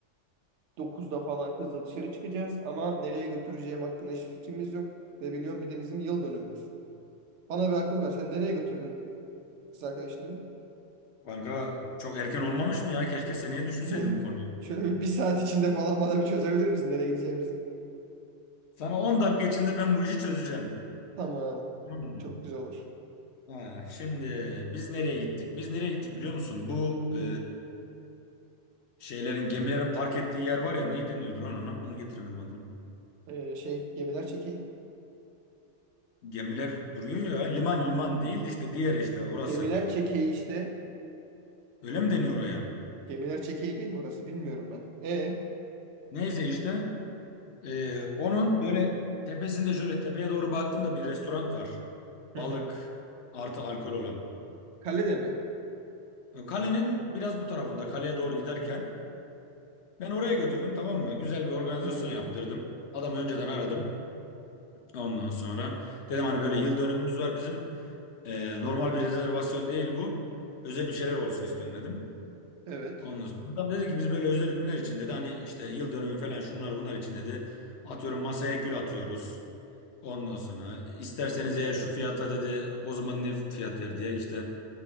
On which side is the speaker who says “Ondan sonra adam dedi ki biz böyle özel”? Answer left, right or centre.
Left